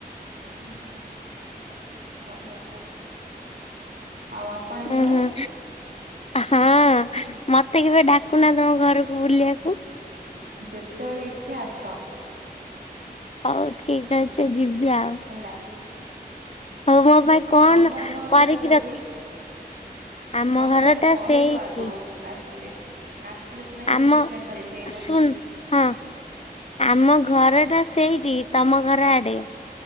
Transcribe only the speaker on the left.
ଉଁ ହୁଁ ହଁ ମତେ କେବେ ଡ଼ାକୁନା ତମ ଘରକୁ ବୁଲିବାକୁ।
ହଉ ଠିକ ଅଛି ଯିବି ଆଉ।
ହଉ ମୋ ପାଇଁ କଣ
କରିକି
ରଖି ଆମ
ଘରଟା
ସେଇଟି।
ଆମ
ଶୁଣ
ହଁ ଆମ ଘରଟା ସେଇଠି ତମ ଘର ଆଡ଼େ।